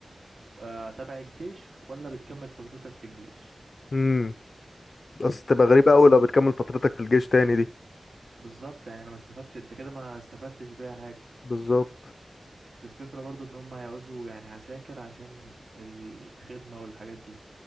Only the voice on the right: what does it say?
آه، تبع الجيش ولا بتكمل فترتك في الجيش
انما
التس
بالظبط يعني انا ما استفدت انت كده ما استفدتش بيها حاجة
بس الفكرة برضو ان هم هيعوزوا يعني عساكر عشان الخدمة والحاجات دي